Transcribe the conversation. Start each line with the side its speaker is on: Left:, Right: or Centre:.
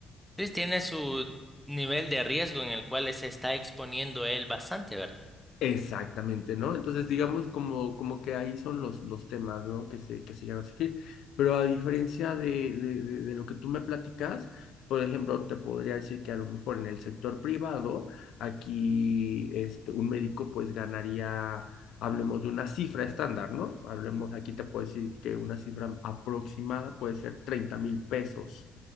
Centre: Entonces tiene su nivel de riesgo en el cual se está exponiendo él bastante, ¿verdad?
Left: Exactamente, ¿no? Entonces, digamos como, como que ahí son los, los temas, ¿no? Que se, que se llegan a surgir. Pero a diferencia de, de, de, de lo que tú me platicas, por ejemplo, te podría decir que a lo mejor en el sector privado, aquí este, un médico pues ganaría, hablemos de una cifra estándar, ¿no? Hablemos, aquí te puedo decir que una cifra aproximada puede ser treinta mil pesos,